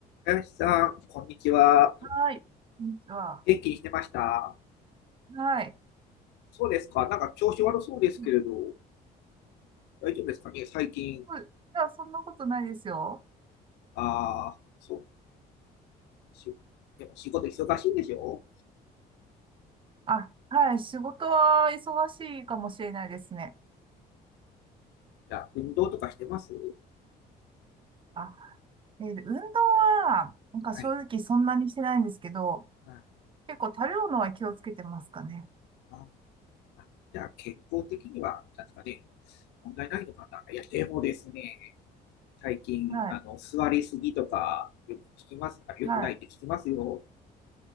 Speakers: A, on the left; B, on the right.
A: 林さん、こんにちは。
B: はい。こんにちは。
A: 元気にしてました
B: はい。
A: そうですか。なんか調子悪そうですけれど、
B: そ
A: 大丈夫ですかね最近。
B: ういや、そんなことないですよ。
A: ああ、そう。しでも仕事忙しいんでしょ
B: あ、はい。仕事は忙しいかもしれないですね。
A: じゃあ、運動とかしてます
B: あ、えー運動は、なんか正直そんなにしてないんですけど、
A: はい。はい。
B: 結構食べ物は気をつけてますかね。
A: あ、あじゃあ、健康的には、なんですかね、問題ないのかないや、でもですね、最近、
B: はい。
A: あの、座りすぎとか、よく聞きます。あ、よくないって聞きますよ。
B: はい。